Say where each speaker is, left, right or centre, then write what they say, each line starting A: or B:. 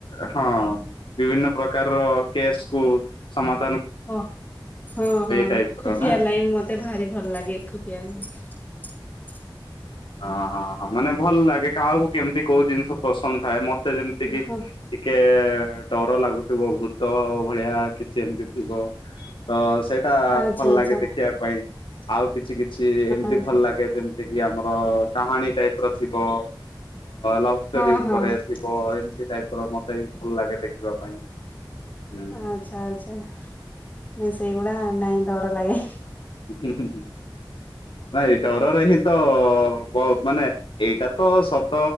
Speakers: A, on the left; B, on the left.
A: ହଁ ବିଭିନ୍ନ ପ୍ରକାରର କେସ୍ କୁ ସମା
B: ହ ହଁ ହଁ
A: ଟାଇପ୍
B: ଖୁବିଆ
A: ର ନା
B: ଲାଇନ ମତେ ଭାରି ଭଲ ଲାଗେ। <unintelligible>
A: ଓ ହଁ ହ ମାନେ ଭଲ ଲାଗେ, କାହାକୁ କେମିତି କୋଉ ଜିନିଷ ପସନ୍ଦ ଥାଏ? ମତେ ଯେମିତି କିି
B: ହଁ
A: ଟିକେ ଡର ଲାଗୁଥିବ ଭୂତ ଭଳିଆ କିଛି ଏମିତି ଥିବ ତ ସେଇଟା
B: ଆଚ୍ଛା
A: ଭଲ
B: ଆଚ୍ଛା
A: ଲାଗେ ଦେଖିବା ପାଇଁ। ଆଉ କିଛି କିଛି ଏମିତି
B: ଆଚ୍ଛା
A: ଭଲ ଲାଗେ, ଯେମିତି କି ଆମ କାହାଣୀ ଟାଇପର ଥିବ, ଲଭ ଷ୍ଟୋରି
B: ହଁ
A: ଉପରେ
B: ହଁ
A: ଥିବ, ଏମତି ଟାଇପ୍ ର ମତେ ବି ଭଲ ଲାଗେ ଦେଖିବା ପାଇଁ। ହୁଁ
B: ଆଚ୍ଛା ଆଚ୍ଛା ନାଇଁ ସେଇଗୁଡା ନାଇଁ ଡର ଲାଗେ।
A: ହୁଁ- ହୁଁ। ବହୁତ୍ ମାନେ ଏଇଟା ତ ସତ